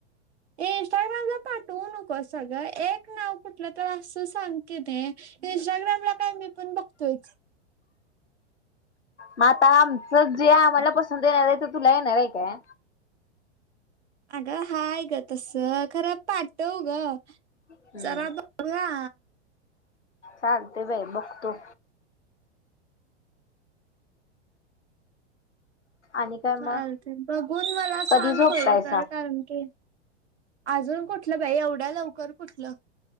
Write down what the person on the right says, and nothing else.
इंस्टाग्रामला पाठवू नकोस अगं एक नाव कुठलं तर असं सांग ते इंस्टाग्राम ला काय मी पण बघतोयच
अगं हाय ग तस खर पाठ- ठव ग
जरा <unintelligible>
चालते बघून मला
सांग
खरोखर कारण की अजून कुठलं बाई एवढ्या लवकर कुठलं.